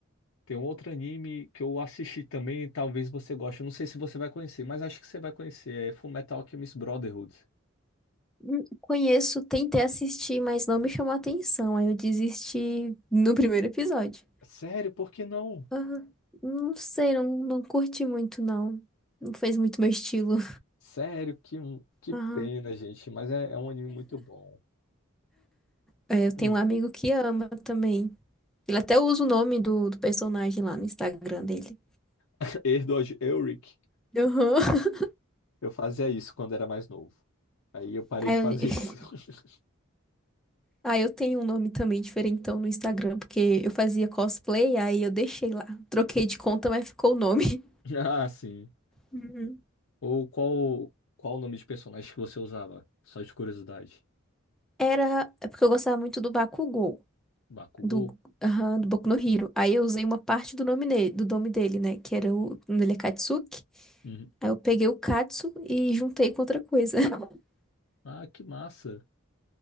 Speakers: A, on the left; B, in the centre.
A: tem um outro anime que eu assisti também, e talvez você goste. Eu não sei se você vai conhecer, mas acho que você vai conhecer. É Fullmetal Alchemist Brotherhood.
B: Hum, Conheço, tentei assistir, mas não me chamou a atenção. Aí eu desisti no primeiro episódio.
A: Sério, por que não?
B: Aham. Não sei, não, não curti muito, não. Não fez muito meu estilo.
A: Sério, que, que
B: Aham.
A: pena, gente. Mas é, é um anime muito bom.
B: É, eu
A: Hum.
B: tenho um amigo que ama também. Ele até usa o nome do, do personagem lá no Instagram dele.
A: <laughs> Edward Elric,
B: Aham.
A: eu fazia isso quando era mais novo. Aí eu parei
B: Aí,
A: de fazer isso.
B: eu
A: <laughs>
B: <laughs> aí eu tenho um nome também diferentão no Instagram, porque eu fazia cosplay, aí eu deixei lá. Troquei de conta, mas ficou o nome.
A: Ah, sim.
B: Uhum.
A: Ou qual qual o nome de personagem que você usava? Só de curiosidade.
B: Era. É porque eu gostava muito do Bakugou,
A: Bakugou?
B: do, aham, do Boku no Hero. Aí eu usei uma parte do nome, ne- do nome dele, né? Que era o. o nome Ele é Katsuki.
A: Uhum.
B: Aí eu peguei o Katsu e juntei com outra coisa. <laughs>
A: Ah, que massa.